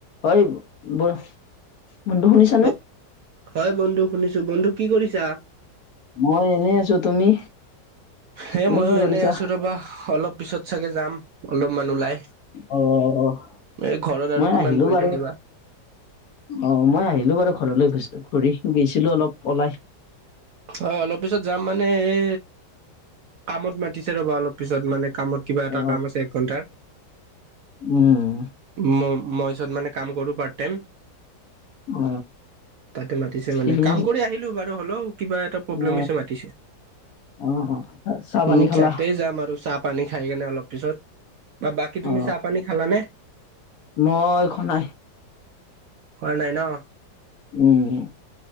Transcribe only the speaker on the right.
অ হয় বন্ধু শুনিছো, বন্ধু কি কৰিছা?
হেই
ময়ো
এনে আছো ৰবা, অলপ পিছত চাগে যাম অলপমান ওলাই।
এ ঘৰত আৰু
কিমান
বহি
থাকিবা
অ অলপ পিছত যাম মানে এ কামত মাতিছে ৰ'বা, অলপ পিছত মানে কামত। কিবা এটা
কাম আছে এক ঘন্টাৰ।
ম মই যত মানে কাম কৰো পাৰ্ট টাইম,
তাতে মাতিছে বোলে,
কাম কৰি আহিলো বাৰু হ'লেও কিবা এটা প্ৰব্লেম
হৈছে মাতিছে।
উ
তাতেই যাম আৰু চাহ পানী খাই কেনে অলপ পিছত। বা বাকী তুমি
চাহ পানী খালানে?
খোৱা নাই ন?